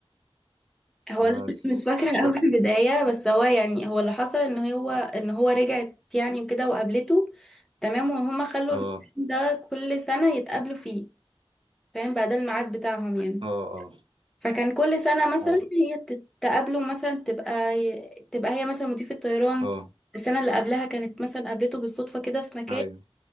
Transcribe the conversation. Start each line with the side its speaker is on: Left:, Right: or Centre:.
Centre: هو
Right: انا
Centre: انا
Right: س-
Centre: <laughs> مش فاكره
Right: شفت
Centre: قوي البدايه بس هو يعني هو اللي حصل ان هو ان هو رجعت يعني وكده وقابلته تمام وهما خلوا
Right: اه
Centre: الفيلم ده كل سنه يتقابلوا فيه فاهم بقى ده الميعاد بتاعهم يعني
Right: اه اه
Centre: فكان كل سنه مثلا
Right: ايوه
Centre: هي تتقابلوا مثلا تبقى تبقى هي مثلا مضيفه طيران
Right: اه
Centre: السنه اللي قبلها كانت مثلا قابلته بالصدفه كده في مكان
Right: ايوه